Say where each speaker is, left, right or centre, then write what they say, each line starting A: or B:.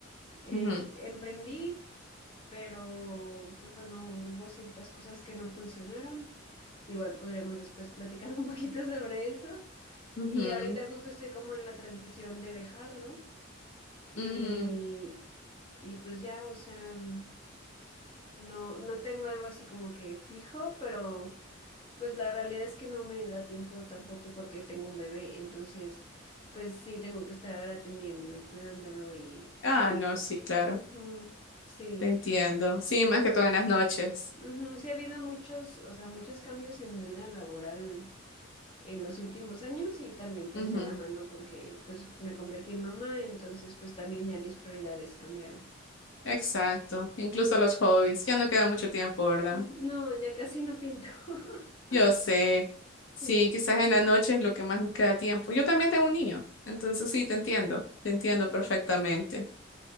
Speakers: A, on the left (about 25°); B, on the left (about 70°).
A: Eh,
B: Ujú,
A: emprendí, pero pues bueno, hubo ciertas cosas que no funcionaron. Igual podremos después platicar un <laughs> poquito sobre eso.
B: ujú,
A: Y ahorita justo estoy como en la transición de dejarlo y,
B: ujú.
A: y pues ya, o sea, mm, no, no tengo algo así como que fijo, pero... Pues la realidad es que no me da tiempo tampoco porque tengo un bebé, entonces pues sí tengo que estar atendiéndolo y cuidándolo y,
B: Ah,
A: y
B: no,
A: pues
B: sí, claro,
A: ujú, sí,
B: te entiendo. Sí,
A: sí ha habido,
B: más que todo en las noches.
A: ujú, sí ha habido muchos, o sea, muchos cambios en mi vida laboral en los últimos años y también pues
B: Ujú,
A: de la mano con que pues me convertí en mamá, entonces pues también ya mis prioridades cambiaron.
B: Exacto, incluso los hobbies, ya no queda mucho tiempo,
A: <laughs>
B: ¿verdad?
A: Ujú, No, ya casi no pinto. <laughs>
B: Yo sé,
A: Sí.
B: sí, quizás en la noche es lo que más nos queda tiempo. Yo también tengo un niño, entonces sí, te entiendo, te entiendo
A: ujú.
B: perfectamente.